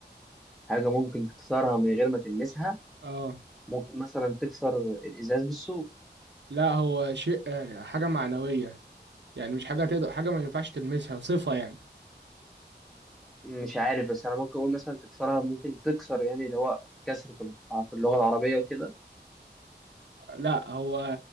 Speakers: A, in the centre; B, on the right (about 80°).
A: حاجة ممكن تكسرها من غير ما تلمسها
B: اه
A: ممكن مثلا تكسر الإزاز بالسوق
B: لا هو شيء آه، حاجه معنويه يعني مش حاجه تقدر حاجه ما ينفعش تلمسها صفه يعني
A: مش عارف بس انا ممكن اقول مثلا تكسرها ممكن تكسر يعني اللي هو كسر في الح- في اللغه العربيه وكده
B: لا هو